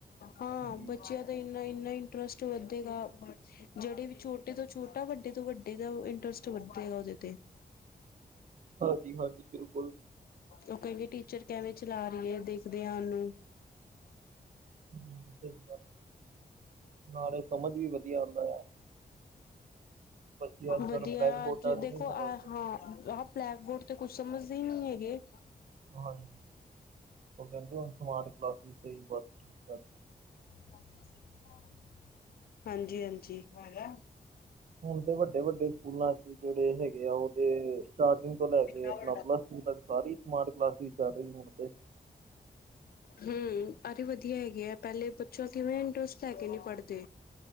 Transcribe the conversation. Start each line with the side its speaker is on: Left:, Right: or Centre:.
Left: ਹਾਂ
Right: ਜੀ
Left: ਬੱਚਿਆਂ। ਤੇ ਇੰਨਾ ਇੰਨਾ ਇੰਟਰਸਟ ਵੱਧੇਗਾ ਬਾਅਦ ਵਿੱਚ। ਜਿਹੜੇ ਵੀ ਛੋਟੇ ਤੋਂ ਛੋਟਾ ਵੱਡੇ ਤੋਂ ਵੱਡੇ ਦਾ ਇੰਟਰਸਟ ਵੱਧੇਗਾ ਉਹਦੇ ਤੇ।
Right: ਹਾਂਜੀ-ਹਾਂਜੀ ਬਿਲਕੁਲ।
Left: ਉਹ ਕਹਿੰਦੀ ਟੀਚਰ ਕਿਵੇਂ ਚਲਾ ਰਹੀ ਹੈ ਦੇਖਦੇ ਆ ਉਹਨੂੰ।
Right: ਜੀ ਸਹੀ ਗੱਲ, ਨਾਲੇ ਸਮਝ ਵੀ ਵਧੀਆ ਆਂਦਾ ਆ, ਬੱਚੇ ਅੱਜ-ਕੱਲ੍ਹ
Left: ਵਧੀਆ
Right: ਬਲੈਕ ਬੋਰਡਾਂ
Left: ਅੱਜ
Right: ਤੇ
Left: ਦੇਖੋ
Right: ਨਹੀਂ ਸਮਝਦੇ।
Left: ਆਹ ਹਾਂ ਆਹ ਬਲੈਕ ਬੋਰਡ ਤੇ ਕੁਛ ਸਮਝ। ਵੇਖਦੇ ਨਹੀਂ ਹੈਗੇ।
Right: ਹਾਂਜੀ ਉਹ ਕਹਿੰਦੇ ਹੁਣ ਸਮਾਰਟ ਕਲਾਸ ਵੀ ਸਹੀ ਬਹੁਤ ਠੀਕ ਠਾਕ।
Left: ਲੱਗ ਗਿਆ ਸਿਰ ਧਵਾਉਣ। ਹਾਂਜੀ, ਹਾਂਜੀ ਹੈਗਾ।
Right: ਹੁਣ ਤੇ ਵੱਡੇ ਵੱਡੇ ਸਕੂਲਾਂ 'ਚ ਜਿਹੜੇ ਹੈਗੇ ਆ ਉਹਦੇ ਸਟਾਰਟਿੰਗ। ਤੋਂ ਲੈ ਕੇ
Left: ਹਮ
Right: ਆਪਣਾ ਪਲੱਸ ਟੂ ਤੱਕ ਸਾਰੀ ਸਮਾਰਟ ਕਲਾਸਿਸ ਚੱਲ ਰਹੀ ਹੁਣ ਤੇ।
Left: ਹੂੰ, ਅਰੇ ਵਧੀਆ ਹੈਗੇ ਆ ਪਹਿਲੇ ਪੁੱਛੋ ਕਿਵੇਂ ਇੰਟਰਸਟ। ਲੈ ਕੇ ਨਹੀਂ ਪੜ੍ਹਦੇ।